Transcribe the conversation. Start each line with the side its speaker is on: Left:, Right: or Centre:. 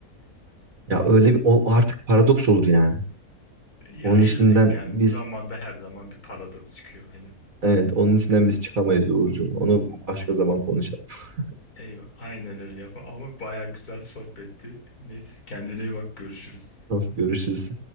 Right: Ya öyle bir o artık paradoks olur ya.
Left: Ya
Right: Onun içinden
Left: illa ki yani
Right: biz
Left: zamanda her zaman bir paradoks çıkıyor aynen.
Right: evet onun içinden biz çıkamayız Uğurcuğum. Onu başka zaman konuşalım. <laughs>
Left: Eyvah, aynen öyle yapar ama baya güzel sohbetti. Neyse kendine iyi bak görüşürüz.
Right: Görüşürüz.